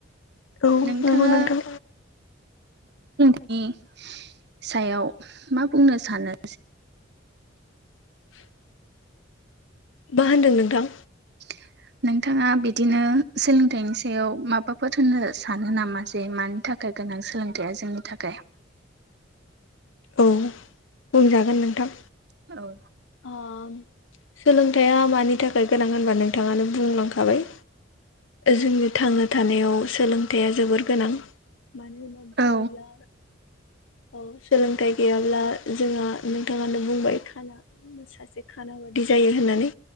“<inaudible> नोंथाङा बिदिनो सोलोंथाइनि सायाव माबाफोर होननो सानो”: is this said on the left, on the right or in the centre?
Right